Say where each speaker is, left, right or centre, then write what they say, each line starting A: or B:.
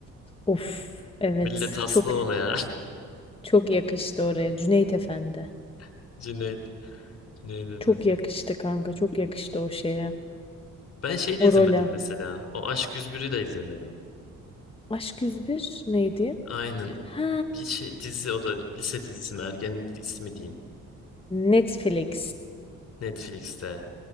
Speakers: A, on the left; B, on the left.
A: Of. Evet.
B: Millet aslı
A: Çok
B: ona ya.
A: çok yakıştı oraya. Cüneyt Efendi.
B: <laughs> Cüneyt. Cüneyt Efendi.
A: Çok yakıştı kanka. Çok yakıştı o şeye.
B: Ben şey
A: O
B: de izlemedim
A: role.
B: mesela. O Aşk 101'i de izlemedim.
A: Aşk 101 neydi?
B: Aynen.
A: Ha.
B: Bir şey dizi o da lise dizisi mi ergenlik dizisi mi diyeyim.
A: Netflix.
B: Netflix'te.